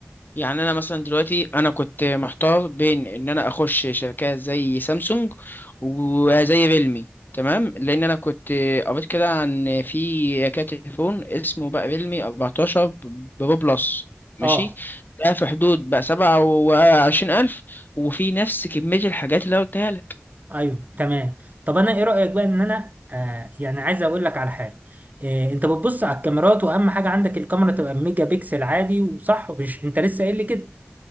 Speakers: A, on the left; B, on the right.
A: يعني انا مثلا دلوقتي انا كنت محتار بين ان انا اخش شركات زي سامسونج وزي ريلمي تمام لان انا كنت قريت كده عن في تليفون اسمه بقى ريلمي 14 برو بلس ماشي
B: اه
A: ده في حدود بقى سبعة وعشرين ألف وفي نفس كمية الحاجات اللي أنا قلتها لك
B: ايوه تمام طب انا ايه رأيك بقى ان انا آه يعني عايز اقول لك على حاجة آه انت بتبص على الكاميرات واهم حاجة عندك الكاميرا تبقى ميجا بيكسل عادي وصح مش انت لسه قايل لي كده